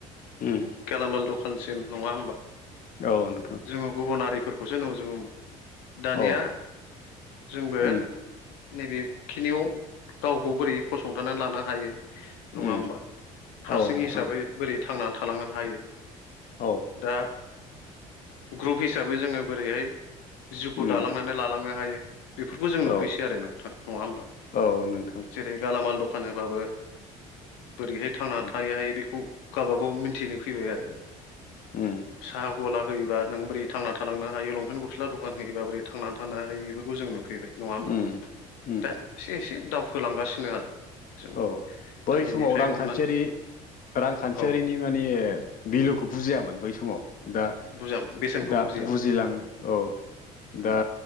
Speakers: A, on the left; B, on the left.
A: उम
B: गेलामाल दखानसिम नङा होमबा।
A: औ नोंथां।
B: जोङो गुबुन हारिफोरखौसो नुजोबोमोन दानिया
A: औ
B: जोंबो
A: उम
B: नैबेखिनियाव गावखौ बोरै फसंथाना लानो हायो नङा
A: उम
B: होमबा हारसिं
A: औ नोंथां
B: हिसाबै बोरै थांनानै थालांनो हायो
A: औ।
B: दा <inaudible> ग्रुप हिसाबै जोङो बोरैहाय जिउखौ
A: उम
B: दालांनानै लालांनो हायो। बेफोरखौ जों नुफैसै
A: औ
B: आरो नोंथां नङा होमबा
A: औ नोंथां
B: जेरै गालामाल दखान होबाबो बोरैहाय थांनानै
A: उम
B: थायो हायो बेखौ गाबागाव मोनथिनो फैबाय आरो दा।
A: उम
B: साहा गला होयोबा नों बोरै थांनानै थालांनो हायो लंपेन्ट गस्ला दखान होयोबा बोरै थांनानै थानो हायो बेफोरखौ जों नुफैबाय। नङा होमबा
A: उम उम
B: दा एसे एसे दावखोलांगासिनो आरो। जोंबो
A: औ बै
B: दा बेनिफ्राय
A: समाव रांखान्थियारि
B: हमनानै
A: रांखान्थियारिनि
B: औ
A: मानि भिलुखौ बुजियामोन बै समाव। दा
B: बुजामोन बेसेनखौ
A: दा
B: बुजियामोन
A: बुजिलांनो औ
B: उम
A: दा